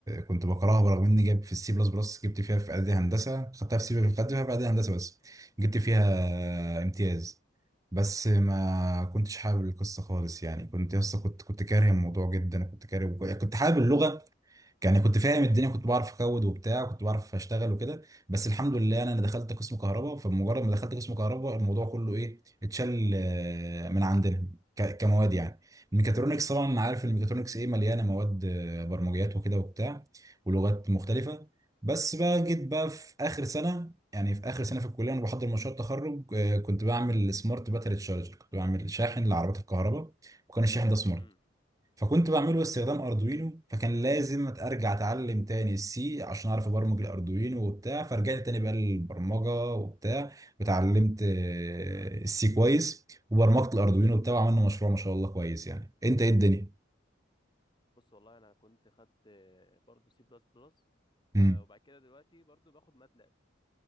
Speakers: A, on the right (about 15°); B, on the left (about 25°).
A: كنت بكرهها برغم اني جايب في السي بلس بلس جبت فيها في اعدادي هندسه خدتها في سي خدت فيها في اعدادي هندسه بس جبت فيها
B: امم
A: امتياز بس ما كنتش حابب القصه خالص يعني كنت يا اسطى كنت كنت كاره الموضوع جدا كنت كاره كنت حابب اللغه يعني كنت فاهم الدنيا كنت بعرف اكود وبتاع كنت بعرف اشتغل وكده بس الحمد لله انا أنا دخلت قسم كهرباء فمجرد ما دخلت قسم كهرباء الموضوع كله ايه اتشال آه، من عندنا ك- كمواد يعني الميكاترونكس طبعا
B: اه
A: أنا عارف الميكاترونكس ايه مليانه مواد آه، برمجيات وكده وبتاع ولغات مختلفه بس بقى جيت بقى في اخر سنه يعني في اخر سنه في الكليه وانا بحضر مشروع التخرج آه، كنت بعمل سمارت باتري تشارج كنت بعمل شاحن لعربيات الكهرباء وكان الشاحن ده سمارت
B: امم
A: فكنت بعمله استخدام اردوينو فكان لازم ارجع اتعلم تاني السي عشان اعرف ابرمج الاردوينو وبتاع فرجعت تاني بقى للبرمجه وبتاع وتعلمت آه، السي كويس وبرمجت الاردوينو وبتاع وعملنا مشروع ما شاء الله كويس يعني انت ايه الدنيا
B: بص والله انا كنت خدت برضو سي بلس بلس
A: امم
B: وبعد كده دلوقتي برضو باخد ماتلاب